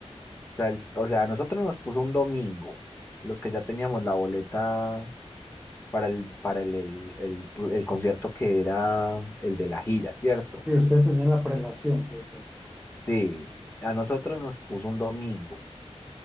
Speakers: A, on the left; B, in the centre.
A: sea, el- o sea, a nosotros nos puso un domingo, los que ya teníamos la boleta para el, para el, el, el tu- el concierto que era el de la gira, ¿cierto?
B: Sí, ustedes tenían la prelación, puede ser.
A: Sí, a nosotros nos puso un domingo